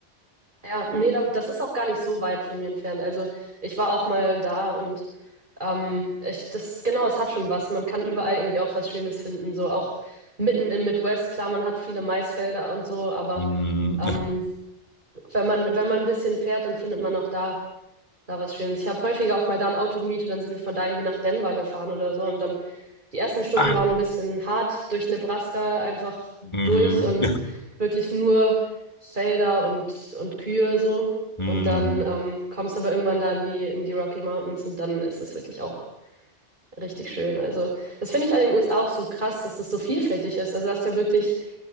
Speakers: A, on the right; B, on the left.
A: ja, nee, da, das ist auch gar nicht so weit von mir entfernt. Also ich war auch mal da und ähm, ich, das, genau, es hat schon was. Man kann überall irgendwie auch was Schönes finden. So auch mitten im Midwest, klar, man hat viele Maisfelder und so, aber
B: Mhm.
A: ähm,
B: <laughs>
A: wenn man, wenn man ein bisschen fährt, dann findet man auch da Da war es schön. Ich habe häufiger auch mal da ein Auto gemietet, dann sind wir von da irgendwie nach Denver gefahren oder so. Und dann die ersten Stunden
B: Ah.
A: waren ein bisschen hart durch Nebraska, einfach
B: Mhm.
A: durch und wirklich nur Felder und, und Kühe so.
B: Mhm.
A: Und dann ähm, kommst du aber irgendwann da in die, in die Rocky Mountains und dann ist es wirklich auch richtig schön. Also das finde ich an den USA auch so krass, dass das so vielfältig ist. Also du hast ja wirklich